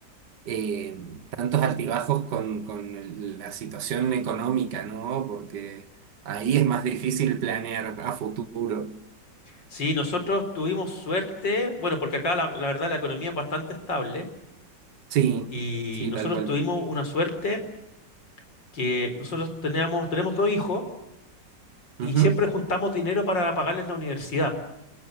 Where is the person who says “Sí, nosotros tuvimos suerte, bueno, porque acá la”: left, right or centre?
Left